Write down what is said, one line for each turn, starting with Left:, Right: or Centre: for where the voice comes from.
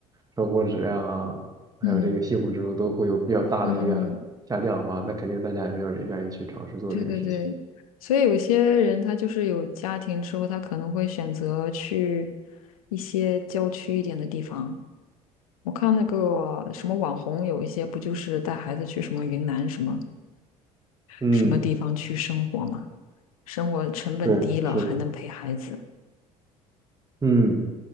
Right: 生活质量啊，还有这个幸福指数都会有比较大的一个下降的话，
Left: 嗯嗯，嗯
Right: 那肯定大家也没有人愿意去尝试做这个事情。
Left: 对对对，所以有些人他就是有家庭之后，他可能会选择去一些郊区一点的地方。我看那个什么网红，有一些不就是带孩子去什么云南什么
Right: 嗯。
Left: 什么地方去生活嘛，生活成本低了，
Right: 对，是的，
Left: 还能陪孩子。
Right: 嗯，